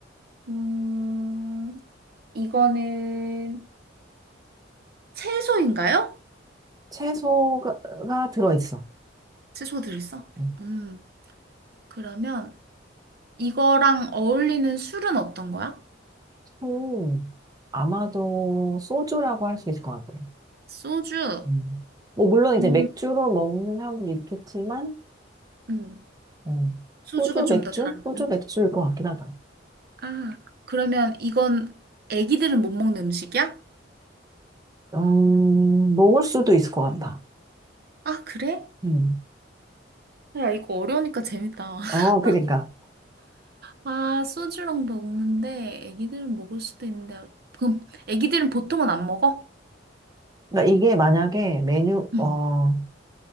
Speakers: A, on the right (about 55°); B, on the right (about 20°).
A: 음, 이거는, 채소인가요?
B: 채소가 들어있어.
A: 채소 들었어?
B: 음,
A: 음, 그러면 이거랑 어울리는 술은 어떤 거야?
B: 소, 아마도 소주라고 할 수 있을 것 같아.
A: 소주.
B: 음. 뭐, 물론 이제
A: 음,
B: 맥주로 먹는 사람도 있겠지만,
A: 음,
B: 음,
A: 소주가
B: 소주,
A: 좀
B: 맥주?
A: 더 잘 어울려?
B: 소주, 맥주일 것 같긴 하다.
A: 아, 그러면 이건 애기들은 못 먹는 음식이야?
B: 음, 먹을 수도 있을 것 같다.
A: 아, 그래?
B: 음.
A: 야, 이거 어려우니까 재밌다. <laughs>
B: 어, 그러니까.
A: 아, 소주랑 먹는데 애기들은 먹을 수도 있는데 그럼 애기들은 보통은 안 먹어?
B: 그러니까 이게 만약에 메뉴,
A: 응.
B: 어,